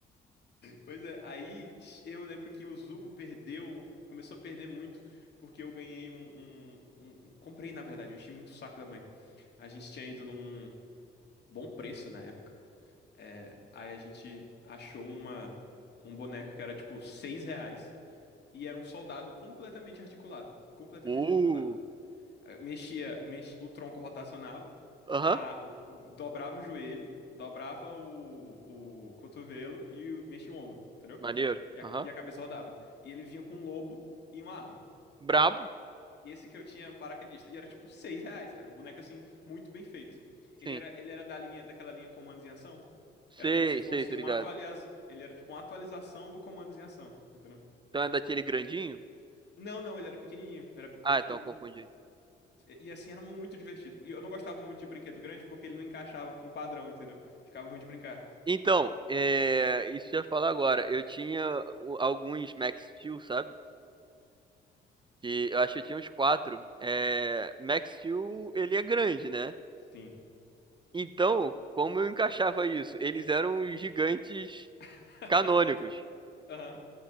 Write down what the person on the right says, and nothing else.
Uh,
aham.
Maneiro.
Aham.
Brabo?
Sim.
Sei,
sei, tô
ligado.
Então é daquele grandinho?
Ah,
então eu confundi.
Então, é, isso que eu ia falar agora. Eu tinha o- alguns Max Steel, sabe? Que eu acho que eu tinha uns quatro. É, Max Steel, ele é grande, né?
Então, como eu encaixava isso? Eles eram os gigantes
canônicos.